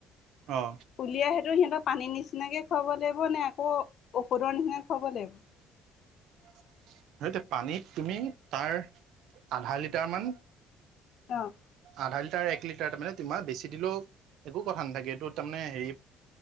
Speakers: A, on the right; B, on the left.
A: অ'।
B: উলিয়াই সেইটো সিহঁতক পানীৰ নিচিনাকৈ খুৱাব লাগিব নে আকৌ ঔষধৰ নিচিনাকৈ খুৱাব লাগিব।
A: <unintelligible> পানীত তুমি তাৰ, আধা লিটাৰ মান
B: অ'!
A: আধা লিটাৰ, এক লিটাৰ। তাৰ মানে, তোমাৰ বেছি দিলেও, একো কথা নাথাকে। এইটো তাৰমানে, হেৰি